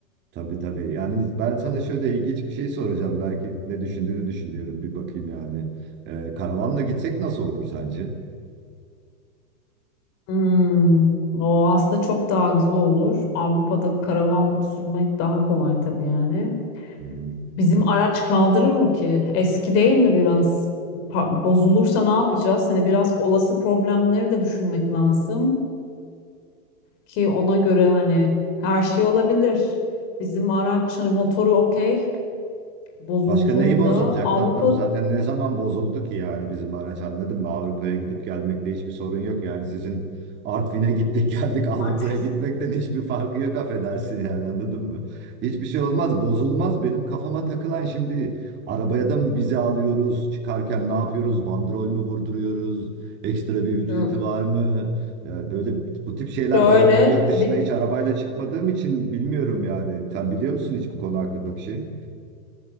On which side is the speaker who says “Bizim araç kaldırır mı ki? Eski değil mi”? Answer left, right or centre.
Left